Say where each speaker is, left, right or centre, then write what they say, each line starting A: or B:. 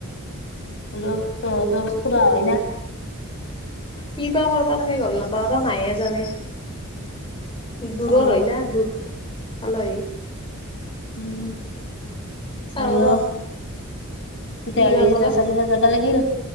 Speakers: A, on the left; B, on the left.
A: হলো ত ত খুৰা হয় ন।
B: কি বা কৰিবা লাগে গম নাপাও ৰ মাইহে জানে দূৰৰ
A: অ
B: হয় ন দূৰ। আলহী
A: উম
B: চাও
A: হলেও
B: ৰ
A: তেতিয়াহ'লে
B: কিবা কৰে
A: জচা দিবা যাবা লাগিল